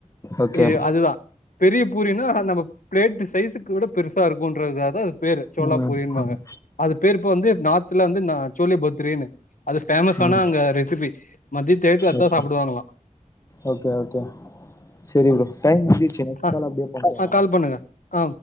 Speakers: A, on the left; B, on the left.
A: ஓகே
B: இது அதுதா பெரிய பூரினா நம்ம பிளேட்டு சைஸுக்கு விட பெருசா இருக்குன்றதுகாக பேரு சோளாப்பூரின்வாங்க
A: ம் ம்
B: அது பேரு இப்ப வந்து நாத்துல வந்து நா சோளே பத்ரேனு அது ஃபேமஸான
A: ம்
B: அங்க ரெசிபி மத்திய டைத்கு அதா
A: ஓகே
B: சாப்டுவாங்களா
A: ஓகே ஓகே செரி ப்ரோ டைம் முடிஞ்சிசு நெக்ஸ்ட்
B: ஆ
A: கால அப்டே பண்ற
B: ஆ
A: நானு
B: கால் பண்ணுங்க ஆ